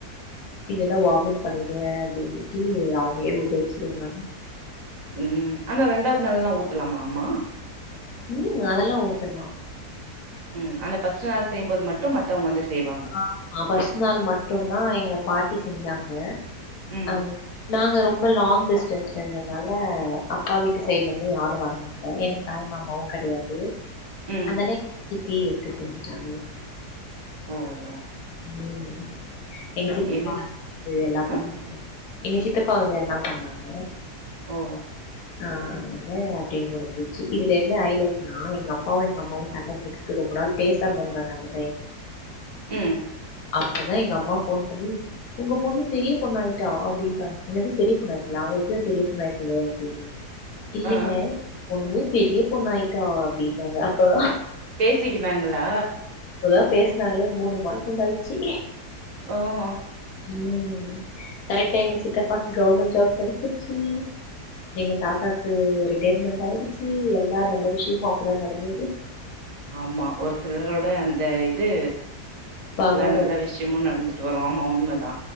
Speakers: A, on the left; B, on the right.
A: இல்லன்னா வாமிட் பண்ணிருவே அப்டின்னுட்டு அவங்களே உதவிச்சிருாங்க
B: ம் ஆனா ரெண்டாவது நாளல்லா ஊத்தலாமா அம்மா
A: ம் அதெல்லா ஊத்தலா
B: ம் அதுல ஃபர்ஸ்ட்டு நாள் செய்யும்போது மட்டு மத்தவங்க வந்து செய்வாங்க
A: ஆமா பஸ்ட் நாள் மட்டுதா எங்க பாட்டி செஞ்சாங்க
B: ம்
A: அ நாங்க ரொம்ப லாங் டிஸ்டன்ஸ்ல இருந்ததுனால அப்பா வீட்டு சைட்ல இருந்து யாரு வர எனக்கு தாய் மாமாவு கெடையாது
B: ம்
A: அதெல்லா எங்க சித்தி எடுத்து செஞ்சுட்டாங்க
B: ம் ம்
A: ம் எங்க சித் ச <unintelligible>
B: என்னைக்
A: இது எல்லா பண்ணாங்க
B: ஆ
A: எங்க சித்தப்பா வந்து எல்லா பண்ணாங்க
B: ஓ
A: ஆ அத அப்டியே முடிஞ்சிச்சு இதுல என்ன ஹைலைட் நா எங்க அப்பாவு எங்க அம்மாவு சண்ட போட்டு ரொம்ப நாள் பேசாம இருந்தாங்க அந்த டைம்
B: ம்
A: அப்பதா எங்க அம்மா போன் பண்ணி உங்க பொண்ணு பெரிய பொண்ணாயிட்டா அப்படின்றாங்க என்னது பெரிய பொண்ணாயிட்டாளா அவ எப்பவே பெரிய பொண்ணாயிட்டாலே அப்டின்னு இல்லைங்க
B: ஆ
A: பொண்ணு பெரிய பொண்ணாயிட்டா அப்ப
B: பேசிக்கினாங்களா
A: இப்பதா பேசுனாங்களே மூணு மாசோ கழிச்சி
B: ஓ ஓ
A: ம் கரெக்டா எங்க சித்தப்பாக்கு கவர்மெண்ட் ஜாப் கெடைச்சிருச்சு எங்க தாத்தாக்கு ரிட்டையர்மென்ட் ஆயிடுச்சு எல்லா நல்ல விஷயமு அப்பதா நடந்தது
B: ஆமா ஒரு சிலரோட அந்த இது
A: பவர்
B: எல்லா நல்ல விஷயமு நடந்துட்டு வரு ஆமா உண்மதா